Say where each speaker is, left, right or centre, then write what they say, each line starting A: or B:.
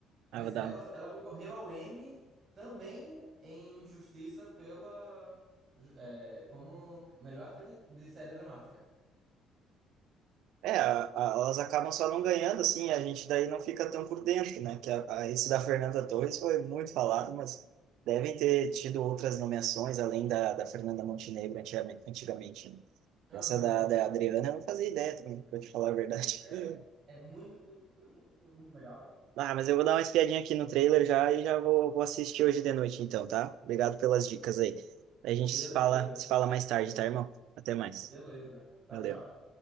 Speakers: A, on the right (about 25°); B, on the right (about 80°).
A: Mas
B: ah, vou dar...
A: ela, ela concorreu ao Emmy também em Justiça pela. ju- é, como melhor atriz de série dramática.
B: É, a- a- elas acabam só não ganhando, assim, a gente daí não fica tão por dentro, né? Que a, a- esse da Fernanda Torres foi muito falado, mas devem ter
A: Sim.
B: tido outras nomeações além da, da Fernanda Montenegro antigamente, antigamente, né? Essa
A: Aham.
B: da, da Adriana eu não fazia ideia também, pra te falar a verdade.
A: Pois é,
B: <laughs>
A: é muito, muito, muito legal.
B: Ah, mas eu vou dar uma espiadinha aqui no trailer já e já vou, vou assistir hoje de noite então, tá? Obrigado pelas dicas aí. A gente
A: Belezura.
B: se fala, se fala mais tarde, tá, irmão? Até mais.
A: Beleza. Tá,
B: Valeu.
A: tchau.